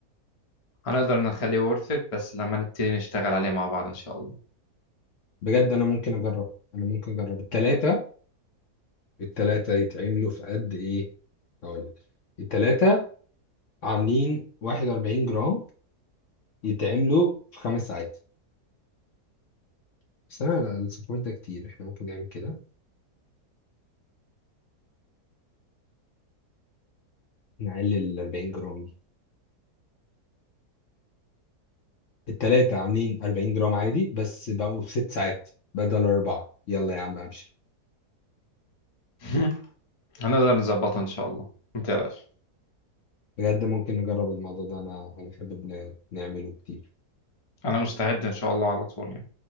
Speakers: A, on the left (about 25°); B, on the left (about 55°).
A: هنقدر نخليه ورث بس لما نبتدي نشتغل عليه مع بعض ان شاء الله
B: بجد انا ممكن اجرب انا ممكن اجرب التلاته التلاتة يتعملوا في قد إيه؟ هقول لك التلاتة عاملين 41 جرام يتعملوا في خمس ساعات بس أنا لا الصفار ده كتير إحنا ممكن نعمل كده نقلل ال 40 جرام دي التلاتة عاملين 40 جرام عادي بس بقوا في ست ساعات بدل أربعة يلا يا عم أبشر
A: <laughs> هنقدر نظبطها ان شاء الله ما تقلقش
B: بجد ممكن نجرب الموضوع ده أنا أنا بحب ن- نعمله كتير
A: انا مستعد ان شاء الله على طول يعني